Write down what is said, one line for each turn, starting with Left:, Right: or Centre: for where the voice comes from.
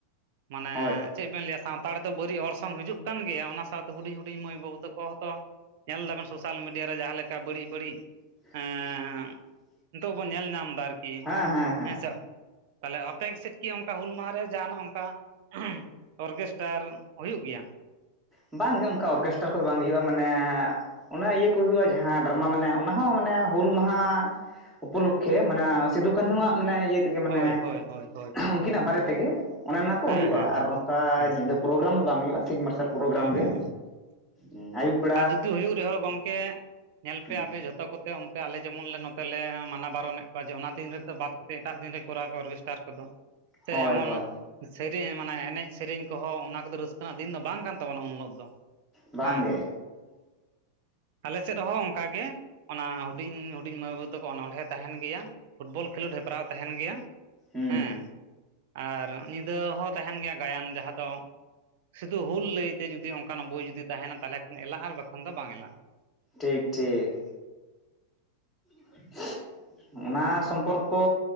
Right: ᱢᱟᱱᱮ
Centre: ᱦᱳᱭ
Right: ᱪᱮᱫ ᱵᱮᱱ ᱞᱟᱹᱭᱟ ᱥᱟᱶᱛᱟ ᱨᱮ ᱫᱚ ᱵᱟᱹᱲᱤᱡ ᱚᱨᱥᱚᱝ ᱦᱤᱡᱩᱜ ᱠᱟᱱ ᱜᱮᱭᱟ᱾ ᱚᱱᱟ ᱥᱟᱶᱛᱮ ᱦᱩᱰᱤᱧ - ᱦᱩᱰᱤᱧ ᱢᱟᱹᱭ ᱵᱟᱹᱵᱩ ᱛᱟᱠᱚ ᱦᱚᱸ ᱛᱚ ᱧᱮᱞ ᱫᱟᱵᱮᱱ ᱥᱳᱥᱟᱞ ᱢᱤᱰᱤᱭᱟ ᱨᱮ ᱡᱟᱸᱦᱟ ᱞᱮᱠᱟ ᱵᱟᱹᱲᱤᱡ ᱵᱟᱹᱲᱤᱡ
Centre: <inaudible>
Right: ᱮᱸ ᱱᱤᱛᱚᱜ ᱵᱚᱱ ᱧᱮᱞ ᱧᱟᱢ ᱫᱟ ᱟᱨ ᱠᱤ
Centre: ᱦᱮᱸ ᱦᱮᱸ ᱦᱮᱸ
Right: ᱦᱮᱸᱥᱮ ᱛᱟᱦᱞᱮ ᱟᱯᱮ ᱥᱮᱫ ᱠᱤ ᱚᱱᱠᱟ ᱦᱩᱞ ᱢᱟᱦᱟᱨᱮ ᱡᱟᱦᱟᱱᱟᱜ ᱚᱱᱠᱟ᱾ ᱚᱦᱩᱺ ᱚᱨᱜᱮᱥᱴᱟᱨ ᱦᱩᱭᱩᱜ ᱜᱮᱭᱟ?
Centre: ᱵᱟᱝᱜᱮ ᱚᱱᱠᱟ ᱚᱨᱜᱮᱥᱴᱟᱨ ᱠᱚ ᱫᱚ ᱵᱟᱝ ᱦᱩᱭᱩᱜᱼᱟ ᱢᱟᱱᱮ ᱚᱱᱟ ᱤᱭᱟᱹ ᱠᱚ ᱦᱩᱭᱩᱜᱼᱟ ᱡᱟᱸᱦᱟ ᱰᱟᱨᱢᱟ ᱢᱟᱱᱮ ᱚᱱᱟ ᱦᱚᱸ ᱢᱟᱱᱮ ᱦᱩᱞ ᱢᱟᱦᱟ ᱩᱯᱚᱞᱚᱠᱠᱷᱮ
Right: ᱴᱷᱤᱠ
Centre: ᱢᱟᱱᱟ ᱥᱤᱫᱩ ᱠᱟᱹᱱᱦᱩᱣᱟᱜ ᱢᱟᱱᱮ ᱤᱭᱟᱹ ᱛᱮᱜᱮ ᱢᱟᱱᱮ
Right: ᱦᱳᱭ ᱦᱳᱭ ᱦᱳᱭ ᱦᱳᱭ ᱦᱳᱭ
Centre: ᱩᱱᱠᱤᱱᱟᱜ ᱵᱟᱨᱮ ᱛᱮ ᱜᱮ ᱚᱱᱮ ᱚᱱᱟ ᱠᱚ
Right: ᱦᱮᱸ
Centre: ᱦᱩᱭᱩᱜᱼᱟ
Right: ᱦᱮᱸ ᱦᱮᱸ
Centre: ᱟᱨ ᱚᱝᱠᱟ
Right: ᱦᱮᱸ
Centre: ᱧᱤᱫᱟᱹ ᱯᱨᱳᱜᱨᱟᱢ ᱫᱚ ᱵᱟᱝ ᱦᱩᱭᱩᱜᱼᱟ ᱥᱤᱧ ᱢᱟᱨᱥᱟᱞ ᱯᱨᱳᱜᱨᱟᱢ
Right: ᱦᱩᱸ ᱦᱩᱸ
Centre: ᱜᱮ ᱩ ᱟᱭᱩᱵ ᱵᱮ
Right: ᱟᱨ ᱡᱩᱫᱤ ᱦᱩᱭᱩᱜ ᱨᱮᱦᱚᱸ ᱜᱚᱢᱠᱮ ᱧᱮᱞ
Centre: ᱦᱩᱸ
Right: ᱯᱮ ᱟᱯᱮ ᱡᱷᱚᱛᱚ ᱠᱚ ᱚᱱᱛᱮ ᱚᱱᱛᱮ ᱟᱞᱮ ᱡᱮᱢᱚᱱ ᱞᱮ ᱱᱚᱛᱮ ᱞᱮ ᱢᱟᱱᱟ ᱵᱟᱨᱚᱱᱮᱜ ᱠᱚᱣᱟ ᱡᱮ ᱚᱱᱟ ᱫᱤᱱ ᱨᱮ ᱫᱚ ᱵᱟᱫ ᱠᱟᱛᱮ ᱮᱴᱟᱜ ᱫᱤᱱ ᱨᱮ ᱠᱚᱨᱟᱣ ᱯᱮ ᱚᱨᱜᱮᱥᱴᱟᱨ ᱠᱚ ᱫᱚ ᱥᱮ
Centre: ᱦᱳᱭ
Right: ᱮᱢᱚᱱ
Centre: ᱦᱳᱭ
Right: ᱥᱮᱨᱤ ᱢᱟᱱᱮ ᱮᱱᱮᱡ ᱥᱮᱨᱮᱧ ᱠᱚᱦᱚᱸ ᱚᱱᱟ ᱠᱚᱫᱚ ᱨᱟᱹᱥᱠᱟᱹ ᱨᱮᱱᱟᱜ ᱫᱤᱱ ᱫᱚ ᱵᱟᱝ ᱠᱟᱱ ᱛᱟᱵᱚᱱᱟ ᱩᱱ ᱦᱤᱞᱳᱜ ᱫᱚ
Centre: ᱵᱟᱝ
Right: ᱦᱮᱸ
Centre: ᱜᱮ
Right: ᱟᱞᱮ ᱥᱮᱫ ᱦᱚ ᱚᱝᱠᱟ ᱜᱮ ᱚᱱᱟ ᱦᱩᱰᱤᱧ ᱦᱩᱰᱤᱧ ᱢᱟᱹᱭ ᱵᱟᱹᱵᱩ ᱛᱟ ᱠᱚ ᱚᱱᱚᱬᱦᱮᱸ ᱛᱟᱦᱮᱱ ᱜᱮᱭᱟ ᱯᱷᱩᱴᱵᱚᱞ ᱠᱷᱮᱞᱳᱰ ᱦᱮᱯᱨᱟᱣ ᱛᱟᱦᱮᱱ ᱜᱮᱭᱟ
Centre: ᱦᱩᱸ
Right: ᱦᱮᱸ ᱟᱨ ᱧᱤᱫᱟᱹ ᱦᱚᱸ ᱛᱟᱦᱮᱱ ᱜᱮᱭᱟ ᱜᱟᱭᱟᱱ ᱡᱟᱸᱦᱟ ᱫᱚ ᱥᱩᱫᱷᱩ ᱦᱩᱞ ᱞᱟᱹᱭᱛᱮ ᱡᱩᱫᱤ ᱚᱱᱠᱟᱱᱟ ᱵᱳᱭ ᱡᱩᱫᱤ ᱛᱟᱦᱮᱱᱟ ᱛᱟᱦᱚᱞᱮ ᱠᱷᱟᱱ ᱮᱞᱟᱜᱼᱟ ᱟᱨ ᱵᱟᱠᱷᱟᱱ ᱫᱚ ᱵᱟᱝ ᱮᱞᱟᱜᱼᱟ
Centre: ᱴᱷᱤᱠ ᱴᱷᱤᱠ <inaudible> ᱚᱱᱟ ᱥᱚᱢᱯᱚᱨᱠᱚ